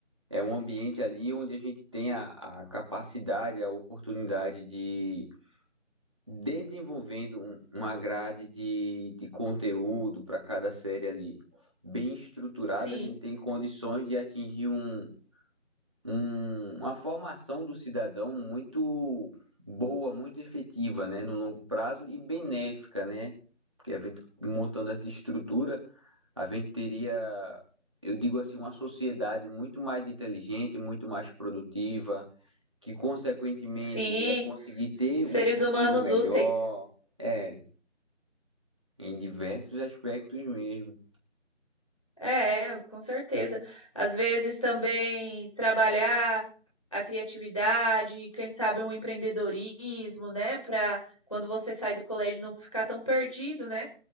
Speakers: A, on the right; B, on the left.
A: É um ambiente ali onde a gente tem a, a capacidade, a oportunidade de desenvolvendo um- uma grade de, de conteúdo para cada série ali bem estruturada,
B: Sim,
A: a gente tem condições de atingir um, um- uma formação do cidadão muito boa, muito efetiva, né, no longo prazo e benéfica, né? Porque a gente montando essa estrutura, a gente teria, eu digo assim, uma sociedade muito mais inteligente, muito mais produtiva, que consequentemente
B: sim.
A: ia conseguir ter
B: Seres
A: um futuro
B: humanos
A: melhor,
B: úteis.
A: é, em diversos aspectos mesmo.
B: É, com certeza. Às vezes também trabalhar a criatividade, quem sabe um empreendedorismo, né? Para quando você sai do colégio não ficar tão perdido, né?